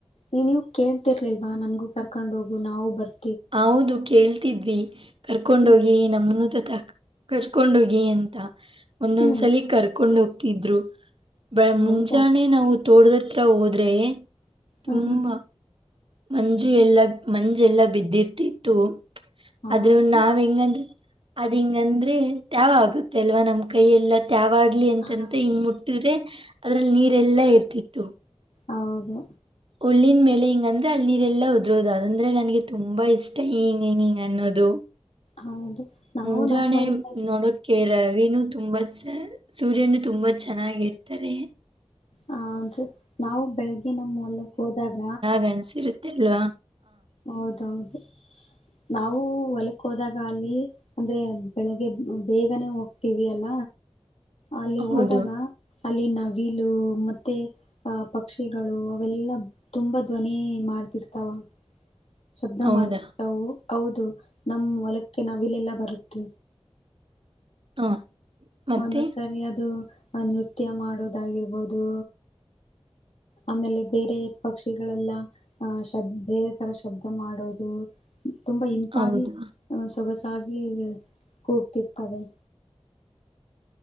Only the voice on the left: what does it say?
ಈ ನೀವು ಕೇಳ್ತಿರ್ಲಿಲ್ವಾ ನನ್ಗೂ ಕರ್ಕೊಂಡ್ ಹೋಗು ನಾವು ಬರ್ತವಿ
ಹ್ಮ್
ಹ್ಮ್
ಹೌದಾ
ಹಾ ಹಾ
ಹೌದು
ಹ
ಹೌದು
ಹೌದು ನಾವು
ನಮ್ಮ ಹೊಲದಲ್ಲಿ
ಹಸ ನಾವು ಬೆಳಗ್ಗೆ ನಮ್ಮ ಹೊಲಕ್ ಹೋದಾಗ
ಹೌದೌಹೌದು ನಾವು ಹೊಲಕ್ ಹೋದಾಗ ಅಲ್ಲಿ. ಅಂದ್ರೆ ಬೆಳಿಗ್ಗೆ ಬೇಗನೆ ಹೋಗ್ತೀವಿ ಅಲ್ಲ ಅಲ್ಲಿ ಹೋದಾಗ
ಅಲ್ಲಿ ನವಿಲು ಮತ್ತೆ ಆ ಪಕ್ಷಿಗಳು ಅವೆಲ್ಲಾ ತುಂಬಾ ಧ್ವನಿ ಮಾಡ್ತಿರ್ತಾವ ಶಬ್ದ
ಮಾಡ್ತಿತವು ಹೌದು ನಮ್ ಹೊಲಕ್ಕೆ ನವಿಲಲ್ಲೆಲ್ಲಾ ಬರುತ್ತೆ.
ಒಂದೊಂದ್ಸರಿ ಅದು ನೃತ್ಯ ಮಾಡೋದಾಗಿರ್ಬೋದು ಆಮೇಲೆ ಬೇರೆ ಪಕ್ಷಿಗಳೆಲ್ಲ. ಆಹ ಶ ಬೇರೆ ತರ ಶಬ್ದ ಮಾಡೋದು. ತುಂಬಾ ಇಂಪಾಗಿ
ಅಹ ಸೊಗಸಾಗಿ ಕೂಗ್ತಿರ್ತವೆ.